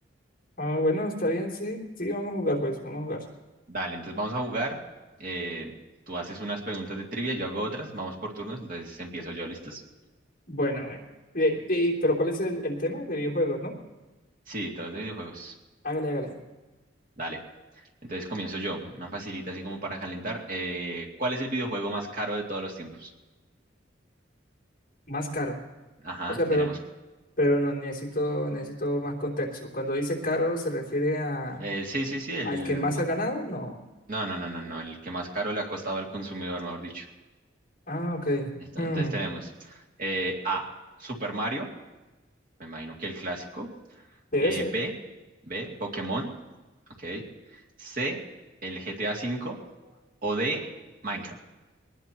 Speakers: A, on the left; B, on the right.
A: Ah, bueno, está bien, sí, sí, vamos a jugar, pues, vamos a jugar.
B: Dale, entonces vamos a jugar. eh, tú haces unas preguntas de trivia, yo hago otras, vamos por turnos, entonces empiezo yo, ¿listos?
A: Bueno, bueno. Eh, eh, pero ¿cuál es el, el tema de videojuegos, no?
B: Sí, todos de videojuegos.
A: Hágale, hágale.
B: Dale. Entonces comienzo yo, una facilita así como para calentar. Eh, ¿cuál es el videojuego más caro de todos los tiempos?
A: Más caro.
B: Ajá,
A: O sea, pero,
B: tenemos.
A: pero no necesito, necesito más contexto. Cuando dice caro, ¿se refiere a
B: eh, sí, sí, sí, el...
A: al que más ha ganado? No.
B: No, no, no, no, no, el que más caro le ha costado al consumidor, mejor dicho.
A: Ah, ok.
B: Esta-
A: Hmm,
B: Entonces tenemos eh, A, Super Mario, me imagino que el clásico.
A: Debe
B: eh,
A: ser.
B: B, B, Pokémon, ok. C, el GTA cinco O D, Minecraft.